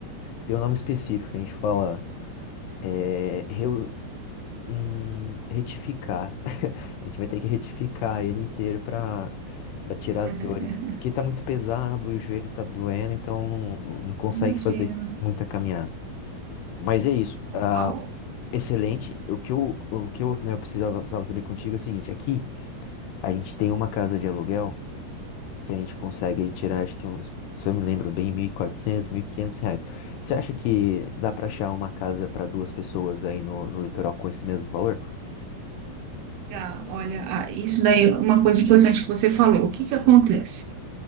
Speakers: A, on the left (about 80°); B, on the right (about 80°).
A: ter um nome específico. A gente fala é, reu- hum, retificar. <laughs> A gente vai ter que retificar ele inteiro pra para tirar as
B: <laughs>
A: dores, porque tá muito pesado e o joelho tá doendo, então não, não consegue
B: Imagina.
A: fazer muita caminhada. Mas é isso. ah,
B: Ao-
A: excelente. O que eu, o que eu, né, eu precisava, precisava saber contigo é o seguinte: aqui a gente tem uma casa de aluguel que a gente consegue tirar, acho que uns, se eu me lembro bem, 1.400, quinhentos reais. Você acha que dá para achar uma casa para duas pessoas aí no, no litoral com esse mesmo valor?
B: Ah, olha, ah, isso daí é uma coisa importante que você falou. O que que acontece?